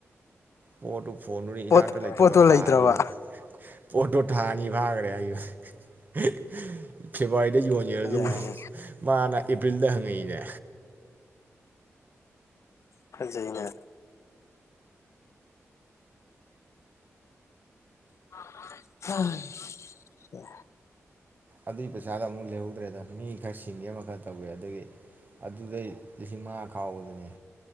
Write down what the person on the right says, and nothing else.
ꯄꯣꯠꯇꯨ ꯐꯣꯟꯗꯨꯗꯤ ꯏꯅꯥꯛꯇ
ꯂꯩꯇꯕ
ꯊꯥ
ꯑꯅꯤ ꯐꯥ- ꯄꯣꯠꯇꯣ ꯊꯥꯅꯤ ꯐꯥꯒ꯭ꯔꯦ <unintelligible> <unintelligible> ꯐꯦꯋꯥꯔꯤꯗ ꯌꯣꯟꯒ꯭ꯔꯗꯨꯕꯨ
ꯃꯥꯅ ꯑꯦꯄ꯭ꯔꯤꯜꯗ ꯍꯪꯉꯛꯏꯅꯦ꯫
ꯑꯗꯨꯏ ꯄꯩꯁꯥꯗ ꯑꯃꯨꯛ ꯂꯩꯍꯧꯗ꯭ꯔꯦꯗ꯫ ꯃꯤ ꯈꯔ ꯁꯤꯡꯒꯤ ꯑꯃ ꯈꯔ ꯇꯧꯒꯤ ꯑꯗꯒꯤ ꯑꯗꯨꯗꯩ ꯂꯤꯁꯤꯡ ꯃꯉꯥ ꯈꯥꯎꯕꯗꯨꯅꯦ